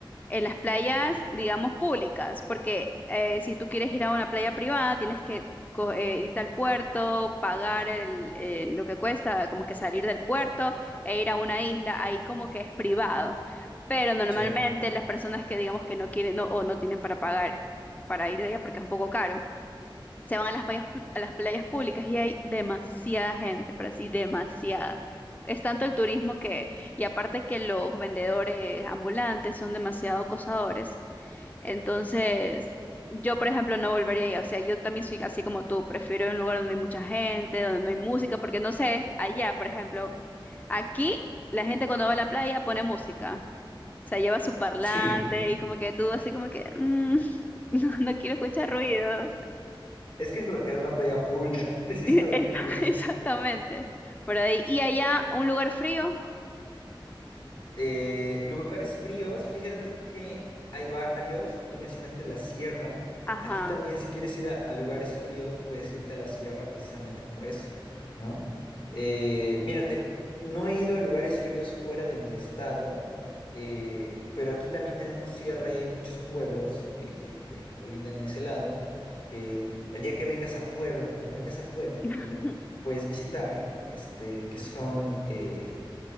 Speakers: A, on the left; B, on the left.
A: en las playas, digamos, públicas, porque eh, si tú quieres ir a una playa privada, tienes que co- eh, irte al puerto, pagar el, eh, lo que cuesta, como que salir del puerto e ir a una isla, ahí como que es privado. Pero normalmente
B: sí,
A: las personas que digamos que no quieren no- o no tienen para pagar para ir de allá porque es un poco caro se van a las playas, pu- a las playas públicas y hay demasiada gente, pero así demasiada. Es tanto el turismo que, y aparte que los vendedores ambulantes son demasiado acosadores. Entonces, yo, por ejemplo, no volvería ahí. O sea, yo también soy así como tú, prefiero un lugar donde hay mucha gente, donde no hay música, porque no sé, allá, por ejemplo, aquí la gente cuando va a la playa pone música. O sea, lleva su parlante
B: sí.
A: y como que tú así como que, "Mm, <laughs> no, no quiero escuchar ruido.
B: Es que es lo que es una playa pública, <laughs> precisamente
A: <laughs> Esa-
B: eso.
A: Exactamente. Por ahí. Y allá, un lugar frío.
B: Eh, lugares fríos, fíjate que hay varios. Tú mencionaste la sierra.
A: Ajá.
B: Aquí también, si quieres ir a, a lugares fríos, puedes irte a la sierra precisamente por eso, ¿no? Eh, mírate, no he ido a lugares fríos fuera de mi estado, eh, pero aquí también tenemos sierra y hay muchos pueblos que, que, que colindan en ese lado. Que el día que vengas a Puebla, cuando vengas a Puebla,
A: <laughs>
B: puedes visitar, este, que son. eh,